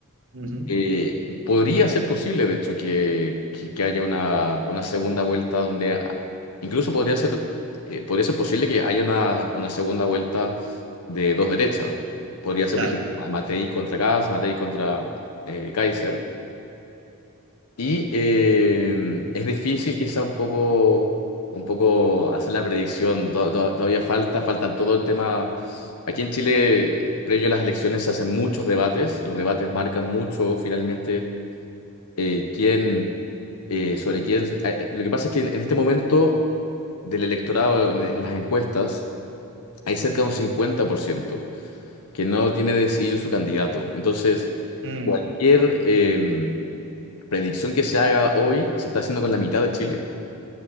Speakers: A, on the right; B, on the left.
A: Ujú,
B: Eh, podría ser posible, de hecho, que, que, que haya una, una segunda vuelta donde a- incluso podría ser, eh, podría ser posible que haya una, una segunda vuelta de dos derechas. Podría ser,
A: Claro,
B: por ejemplo, Ma- Matei contra Kass, Matei contra eh, Kaiser. Y eh, es difícil quizá un poco, un poco hacer la predicción. To- to- Todavía falta, faltan todo el tema. Aquí en Chile, previo a las elecciones, se hacen muchos debates. Los debates marcan mucho finalmente eh, quién, eh, sobre quién. se- eh, eh, lo que pasa es que en, en este momento del electorado, en, en las encuestas, hay cerca de un 50% que no tiene decidido su candidato. Entonces,
A: Mm,
B: cualquier eh, predicción que se haga hoy se está haciendo con la mitad de Chile.